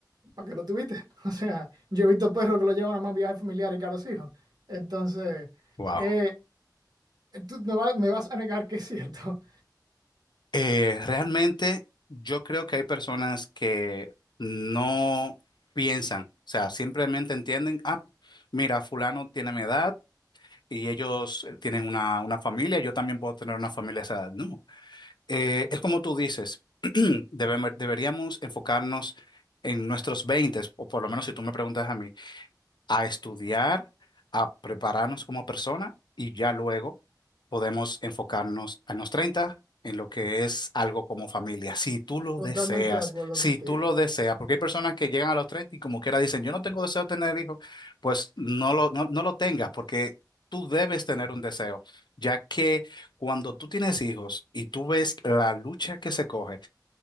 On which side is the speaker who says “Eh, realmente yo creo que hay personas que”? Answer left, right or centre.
Left